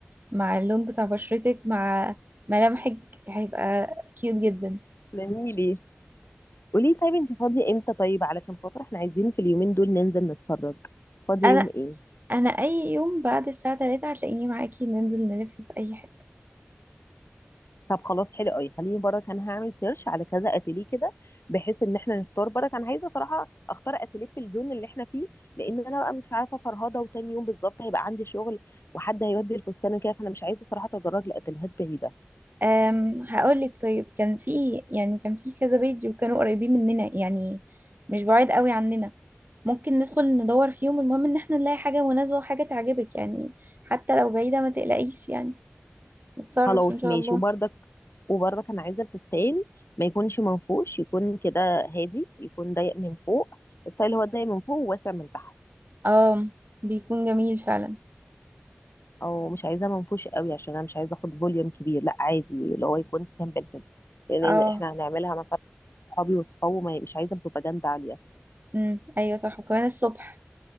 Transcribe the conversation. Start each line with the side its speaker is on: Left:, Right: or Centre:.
Right: مع اللون بتاع بشرتك مع ملامحك هيبقى كيوت جدا
Left: ليه ليه قولي طيب انت فاضية امتى طيب علشان خاطر احنا عايزين في اليومين دول ننزل نتفرج فاضية
Right: انا
Left: يوم ايه
Right: انا اي يوم بعد الساعه 3 هتلاقيني معاكي ننزل نلف في اي حته
Left: طب خلاص حلو قوي خليني برك انا هعمل سيرش على كذا اتيليه كده بحيث ان احنا نختار برك انا عايزة صراحة اختار اتيليه في الزون اللي احنا فيه لان انا بقى مش عارفة فرهضة وتاني يوم بالظبط هيبقى عندي شغل وحد هيودي الفستان كده فانا مش عايزة صراحة اتدرج لاتيليهات بعيدة
Right: أم هقول لك طيب كان في يعني كان في كذا بيت وكانوا قريبين مننا يعني مش بعيد قوي عننا ممكن ندخل ندور فيهم المهم ان احنا نلاقي حاجه مناسبه وحاجه تعجبك يعني حتى لو بعيده ما تقلقيش يعني نتصرف
Left: خلاص
Right: ان شاء
Left: ماشي
Right: الله
Left: وبرضك وبرضك انا عايزه الفستان ما يكونش منفوش يكون كده هادي يكون ضيق من فوق الستايل هو ضيق من فوق وواسع من تحت
Right: اه بيكون جميل فعلا
Left: او مش عايزاه منفوش قوي عشان انا مش عايزه اخد فوليوم كبير لا عادي اللي هو يكون سامبل كده لان
Right: اه
Left: احنا هنعملها مثلا صحابي وصحابه ما- مش عايزه بروباجندا عاليه
Right: امم ايوه صح وكمان الصبح